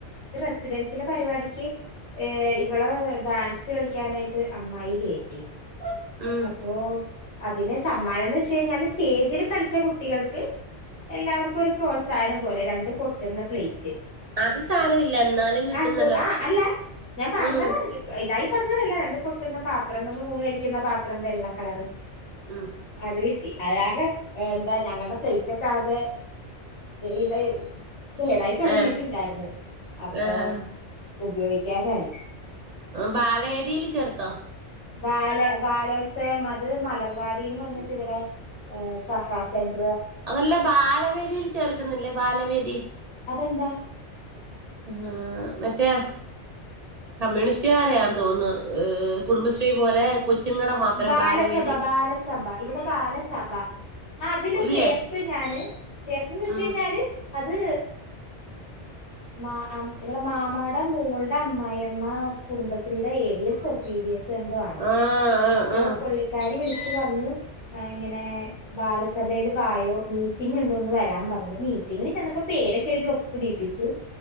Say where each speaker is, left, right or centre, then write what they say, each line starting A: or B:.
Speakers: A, on the left; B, on the right.
A: റസിഡൻസിലെ പരിപാടിക്ക് ഇവള് ഡാൻസ് കളിക്കാനായിട്ട് അമ്മായി കേറ്റി
B: ഉം
A: അപ്പോ അതിന് സമ്മാനംന്ന് വെച്ച കഴിഞ്ഞാല് സ്റ്റേജിൽ കളിച്ച കുട്ടികൾക്ക് എല്ലാവർക്കും ഒരു പ്രോത്സാഹനം പോലെ രണ്ട് പൊട്ടുന്ന പ്ലേറ്റ്
B: അത് സാരമില്ല എന്നാലും കിട്ടുന്നല്ലോ
A: ആഹ് ചോ ആഹ് അല്ല ഞാൻ പറഞ്ഞതാണ്
B: ഉം
A: കിട്ടു ആ ഇതായി പറഞ്ഞതല്ല രണ്ട് പൊട്ടുന്ന പാത്രം നമ്മൾ ഊണ് കഴിക്കുന്ന പാത്രം വെള്ള കളറ്
B: ഉം
A: അതെ അതരുടെ എന്താ ഞങ്ങളുടെ ഫ്ലൈറ്റ് ഒക്കെ ആകെ ഇതായി കേടായി തുൊടങ്ങിട്ടുണ്ടായിരുന്നു
B: ഏഹ്
A: അപ്പൊ
B: ഏഹ്
A: ഉപയോഗിക്കാരായി
B: ബാലവേദിയിയില് ചേർന്നോ
A: ബാല ബാലോത്സവം അത് മലർവാടിന്ന് പറഞ്ഞിട്ട് ഇവിടെ സഫാ സെന്റ
B: അതല്ല ബാലവേരിയിൽ ചെറർക്ക കിന്നില്ല ബാലവേദി
A: അതെന്താ
B: ആ മറ്റേ കമ്മ്യൂണിസ്റ്റുകാരാന്ന് തോന്നുന്നു ഏ കുടുംബശ്രീ പോലെ കൊച്ചുങ്ങടെ മാത്രം
A: ബാലസഭ
B: ബാലവേദി
A: ബാലസഭ ഇവിടെ ബാലസഭ അതില്
B: ഇല്ലേ
A: ചേർത്ത് ഞാന് ചേർത്തന്ന് വെച്ച
B: ഉം
A: കഴിഞ്ഞാല് അത് മാ അം ഇവിടെ മാമാടെ മോളുടെ അമ്മായിമ്മ കുടുംബശ്രീയുടെ A D S C D S so എന്തോ ആണ്.
B: ആഹ് ആഹ്
A: അപ്പോ
B: ആഹ്
A: പുള്ളിക്കാരി വിളിച്ചു പറഞ്ഞു ഇങ്ങനെ ബാലസഭേല് വായോ മീറ്റിംഗ് ഉണ്ട് ഒന്ന് വരാൻ പറഞ്ഞു. അപ്പൊ മീറ്റിങ്ങിന് ചെന്നപ്പോ പേരൊക്കെ എഴുതി ഒപ്പിടീപ്പിച്ചു.